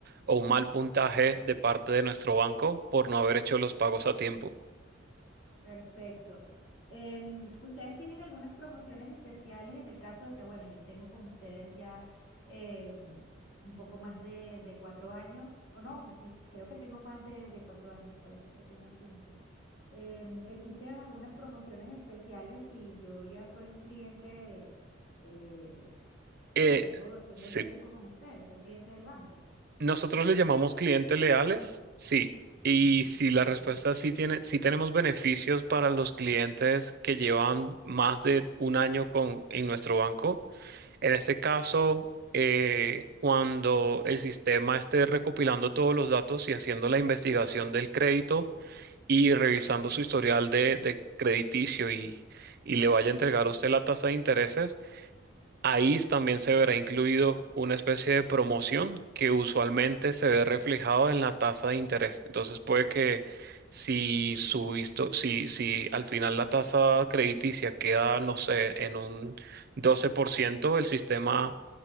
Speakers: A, on the right; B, on the left.
A: o un mal puntaje de parte de nuestro banco por no haber hecho los pagos a tiempo.
B: Perfecto. Em, ¿ustedes tienen algunas promociones especiales en el caso de que, bueno, yo tengo con ustedes ya em, un poco más de, de cuatro años, o no, m- creo que tengo más de, de cuatro años, puede ser que tenga cinco. Em, ¿existen algunas promociones especiales si yo ya soy un cliente, eh, bueno,
A: Eh,
B: tengo, tengo
A: sí.
B: ya tiempo con ustedes, soy cliente del banco?
A: Nosotros le llamamos clientes leales, sí. Y
B: Mm,
A: si
B: ok.
A: la respuesta es sí tiene, sí tenemos beneficios para los clientes que llevan más de un año con, en nuestro banco. En este caso, eh, cuando el sistema esté recopilando todos los datos y haciendo la investigación del crédito y revisando su historial de, de crediticio y, y le vaya a entregar a usted la tasa de intereses, Ahí también se verá incluido una especie de promoción que usualmente se ve reflejado en la tasa de interés. Entonces puede que si subiste, si, si al final la tasa crediticia queda, no sé, en un 12%, el sistema